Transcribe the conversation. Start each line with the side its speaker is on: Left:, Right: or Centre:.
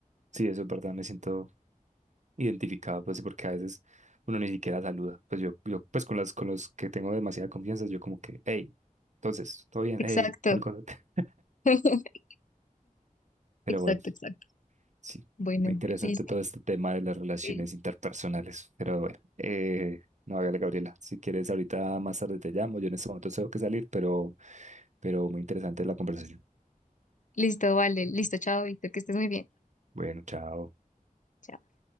Right: sí, eso es verdad, me siento identificado, pues, porque a veces uno ni siquiera saluda. Pues yo, yo pues con las, con los que tengo demasiada confianza, yo como que, hey, entonces, todo bien,
Left: Exacto.
Right: hey, tal cosa. <laughs>
Left: <laughs>
Right: Pero
Left: Exacto,
Right: bueno,
Left: exacto.
Right: sí,
Left: Bueno,
Right: interesante
Left: listo.
Right: todo este tema de las relaciones
Left: Sí,
Right: interpersonales. Pero bueno, eh, no, hágale, Gabriela, si quieres, ahorita más tarde te llamo. Yo en este momento tengo que salir, pero, pero muy interesante la conversación.
Left: Listo, vale. Listo, chao, Víctor, que estés muy bien.
Right: Bueno, chao.
Left: Chao.